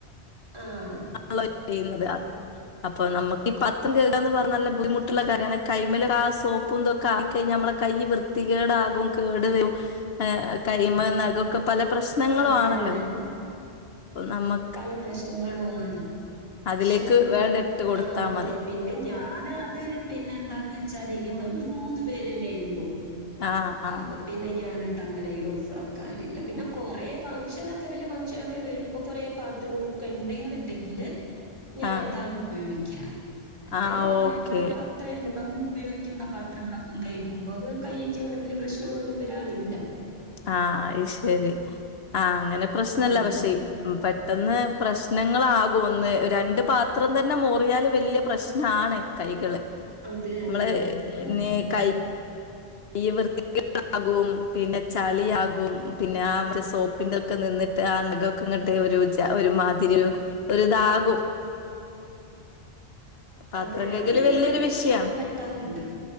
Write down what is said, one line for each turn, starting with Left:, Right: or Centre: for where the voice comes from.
Right: ആഹ്.
Left: <inaudible> ചെയ്യുന്നത് അത് അപ്പൊ നമുക്ക് ഈ പത്രം കഴുകാന്ന് പറഞ്ഞ നല്ല ബുദ്ധിമുട്ടുള്ള കാര്യാണ് കൈമേലിതാ സോ പ്പുന്തൊക്കെ ആയിഴിഞ്ഞ നമ്മുടെ കൈ വൃത്തികേടാകും കേട് വരും കയ്യ്മ്മേനഖഒക്കെ പല പ്രശ്നങ്ങളും
Right: അത്
Left: ആണല്ലോ
Right: തന്നെ.
Left: പ്പനമ്മ
Right: പല പ്രശ്നങ്ങളു ആണ്
Left: അതിലേക്ക്
Right: ഷൻ
Left: വേണ്ട ഇട്ട് കൊടുത്താ
Right: അഹ് അതെ
Left: മതി
Right: പിന്നെ ഞാന് അത് പിന്നെ എന്താന്ന് വെച്ചാല് മൂന്നു പേരല്ലേ ഉള്ളൂ
Left: ആഹ് ആഹ്
Right: അപ്പൊ പിന്നെ ഞാന അതങ്ങനെ യൂസ ആക്കാറില്ല പിന്നെ കൊറെ ഫംഗഷനൊക്കെ വലിയ ഫംഗ്ഷൻൊക്കെ വരുമ്പോ കൊറെ പാത്രങ്ങൾക്കെ ഉണ്ട് എന്നുണ്ടെങ്കില് ഞൻ
Left: ആഹ്
Right: അതാണ് ഉപയോഗിക്കാറ് മറ്റേത്പ്പ
Left: ആഹ്
Right: നമ്മള്
Left: ഓക്കെ
Right: അത്രല്ല നമ്മൾ ഉപയോഗിക്കുന്ന പാത്രങ്ങളൊപ്പം കഴുകുമ്പോ അത് കൈക്ക് അങ്ങനെ വലിയ പ്രശ്നങ്ങളൊന്നും വരാറില്ല
Left: ആഹ് അത് ശെരി ആഹ് അങ്ങനെ പ്രശ്നല്ല
Right: ആഹ്
Left: പക്ഷേ ഇപ് പെട്ടെന്ന് പ്രശ്നങ്ങളാകും ഒന്ന് രണ്ട് പാത്രം തന്നെ മോറിയാല് വെല്യ പ്രശ്നാണ് കൈകള്
Right: അതെ
Left: നമ്മള്
Right: അല്ലേ ആഹ്
Left: ന്നെ കയ് <unintelligible> വൃത്തിയാകും പിന്നെ ചളിയാകും പിന്നെ ആ സോപ്പ് പ്പിന്റൊക്കെ നിന്ന്ട്ട് <unintelligible> ങ്ങട്ട് ഒരു ജാ ഒരു മാതിരി ഒര് ഒര്താകും പാത്രം
Right: അതെ
Left: കെഴ്കല്
Right: അതിന്
Left: വെല്യൊരു
Right: ഞാനിതേ
Left: വിഷയാണ്
Right: നഖം വെട്ടാറുണ്ട്.